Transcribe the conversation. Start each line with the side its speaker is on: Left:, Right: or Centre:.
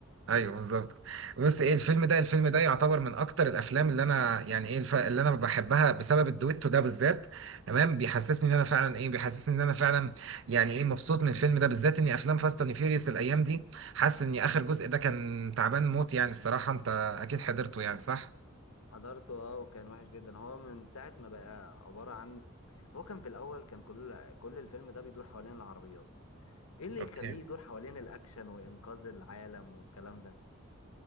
Right: ايوه بالظبط بص ايه الفيلم ده الفيلم ده يعتبر من اكتر الافلام اللي انا يعني ايه الف... اللي انا بحبها بسبب الدويتو ده بالذات تمام بيحسسني ان انا فعلا ايه بيحسسني ان انا فعلا يعني ايه مبسوط من الفيلم ده بالذات اني افلام فاست اند فيوريوس الايام دي حاسس ان اخر جزء ده كان تعبان موت يعني الصراحه انت اكيد حضرته يعني صح
Left: حضرته اه وكان وحش جدا هو من ساعة ما بقى عبارة عن هو كان في الأول كان كل كل الفيلم ده بيدور حوالين العربيات ايه اللي
Right: اوكي.
Left: يخليه يدور حوالين الأكشن وإنقاذ العالم والكلام ده